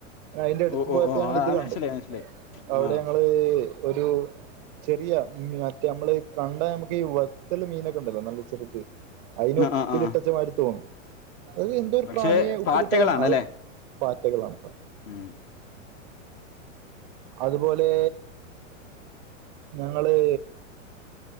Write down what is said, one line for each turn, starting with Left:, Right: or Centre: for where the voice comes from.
Right: അതിന്റെ അടുത്ത്
Left: ഓ
Right: പോയപ്പോ
Left: ഓ ഓ ആ
Right: ഞങ്ങള് ഇത്
Left: ആ,
Right: കണ്ടു
Left: മനസ്സിലായി മനസ്സിലായി
Right: അവിടെ
Left: ആഹ്
Right: ഞങ്ങള് ഒരു ചെറിയ മറ്റേ നമ്മള് കണ്ട നമുക്ക് ഈ വെത്തുള് മീനൊക്കെ ഉണ്ടല്ലോ നല്ല ചെറുത് അതിന്
Left: ആ
Right: ഉപ്പിലിട്ടച്ച
Left: ആ ആ
Right: മാതിരി തോന്നി അത് എന്തോ ഒരു
Left: പക്ഷെ
Right: പ്രാണിയെ ഉപ്പിലിട്ടതാണ്
Left: പാറ്റകളാണല്ലേ
Right: അവർ പാറ്റകളാണ് അവ
Left: ഉം
Right: അതുപോലെ ഞങ്ങള്